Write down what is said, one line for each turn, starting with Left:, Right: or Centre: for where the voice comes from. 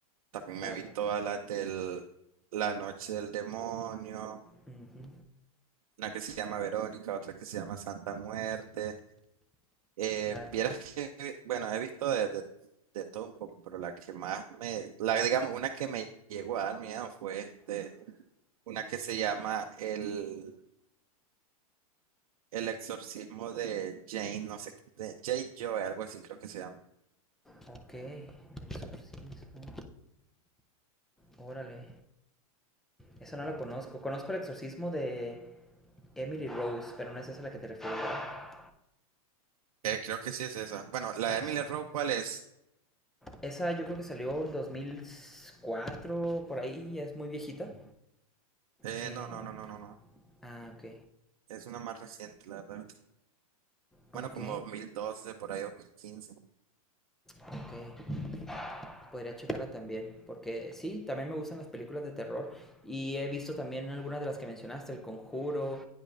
Right: También
Centre: Claro.
Right: me he visto todas las del La Noche del Demonio,
Centre: Ujú,
Right: una que se llama Verónica, otra que se llama Santa Muerte. Eh,
Centre: Claro.
Right: vieras que, bueno, he visto de, de- de todo un poco, pero la que más me, la, digamos, una que me llegó a dar miedo fue este, una que se llama El, El Exorcismo de Jane, no sé, de Jay Joy, algo así creo que se llama.
Centre: Ok, el exorcismo. Órale. Esa no la conozco. Conozco el exorcismo de Emily Rose, pero no es esa a la que te refieres, ¿verdad?
Right: Eh, creo que sí es esa. Bueno, la
Centre: Ah,
Right: de Emily
Centre: sí.
Right: Rowe, ¿cuál es?
Centre: Esa yo creo que salió en dos mil cuatro por ahí, ya es muy viejita.
Right: Eh,
Centre: Eh,
Right: no, no, no, no, no, no.
Centre: ah, ok.
Right: Es una más reciente, la verdad.
Centre: Ok,
Right: Bueno, como 2012, por ahí 2015.
Centre: ok. Podría checarla también, porque sí, también me gustan las películas de terror y he visto también algunas de las que mencionaste, El Conjuro,